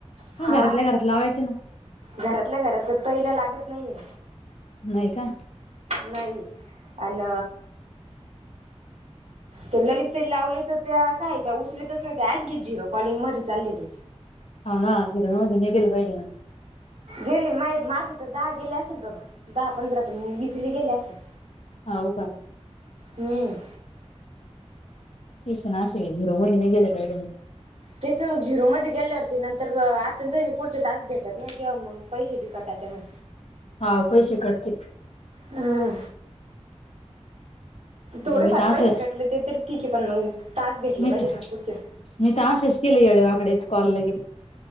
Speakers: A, on the right (about 70°); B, on the left (about 65°).
A: हा
B: मग घरातल्या घरात लावायचे ना
A: घरातल्या घरात तईला लागत नाहीेये..
B: नाही का
A: नाही अन तर ललित लावले तर त्या काय त्या उचलतच नाही त्या आणखीन झिरो कॉलिंग मध्ये चाललेली..
B: <unintelligible>
A: गेले मा माझे तर दहा गेले असेल बाबा दहा पंधरा तर इझिली गेले असेल..
B: हाव का?
A: हम्म.
B: तेच ना असय <unintelligible>
A: तेस ना मग, झिरो मध्ये गेल्यावरती नंतर <unintelligible> पुढचे तास भेटत ना किंवा मग पैसे भी काटाते मग
B: हा पैसे कटतेत.
A: हम्म, थोडे
B: मी
A: फार
B: तर असं
A: पैसे कटले ते तरी ठीक आहे. पण मग टास्क भेटले
B: मी
A: पाहिजेत
B: तर
A: ना पुढचे.
B: मी तर अशेच केले, येडे वाकडेच कॉल लगे.